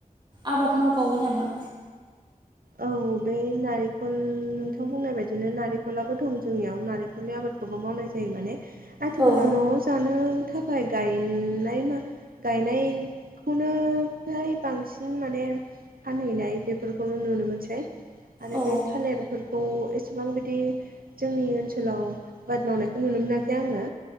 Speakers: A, on the right (about 30°); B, on the right (about 90°).
A: आबाद मावबावो नामा?
B: औ बे नारिखल नोंथां बुंनाय बायदिनो नारिखलाबो दं जोंनियाव नारिखलनि आबाद खौबो मावनाय जायो माने। आथिखालाव
A: औ
B: न'आव जानो थाखाय गायनाय मा गायनायखौनो फ्राय बांसिन माने फानहैनाय बेफोरखौनो नुनो मोनसै आरो
A: औ
B: बे थालिरफोरखौ एसेबां बिदि जोंनि ओनसोलाव आबाद मावनायखौ नुनो मोनाखै आङो